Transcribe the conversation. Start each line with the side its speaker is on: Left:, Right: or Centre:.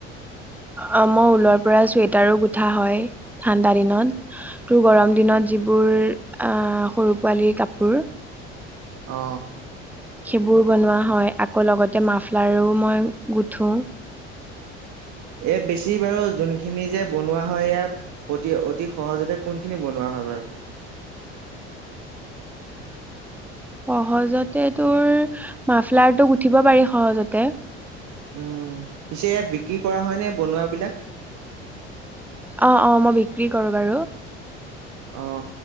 Centre: অ, মই ঊলৰ পৰা চুৱেটাৰো গুঠা হয় ঠাণ্ডা দিনত। তোৰ গৰম দিনত যিবোৰ আঁ সৰু পোৱালীৰ কাপোৰ।
Right: অ।
Centre: সেইবোৰ বনোৱা হয় আকৌ লগতে মাফলাৰো মই গুঠো।
Right: এ বেছি বাৰু যোনখিনি যে বনোৱা হয় ইয়াত প্ৰতি অতি সহজতে কোন - খিনি বনোৱা হয় বাৰু?
Centre: সহজতে তোৰ মাফলাৰ টো গুঠিব পাৰি সহজতে।
Right: উম, পিছে বিক্ৰী কৰা হয় নে বনোৱা বিলাক?
Centre: অ অ মই বিক্ৰী কৰো বাৰু।
Right: অঁ।